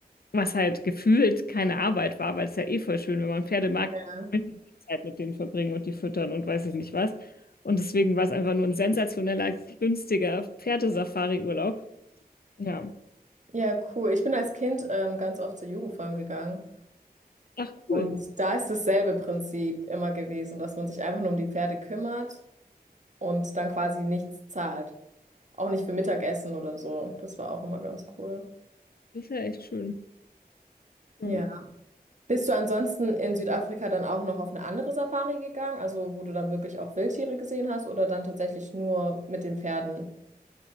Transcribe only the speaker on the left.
Was halt gefühlt keine Arbeit war, weil es ja eh voll schön, wenn man Pferde mag,
Zeit mit denen verbringen und die füttern und weiß ich nicht was. Und deswegen war es einfach nur ein sensationeller, günstiger Pferdesafari-Urlaub. Ja.
Ach
cool.
Das ist ja echt schön. Ja.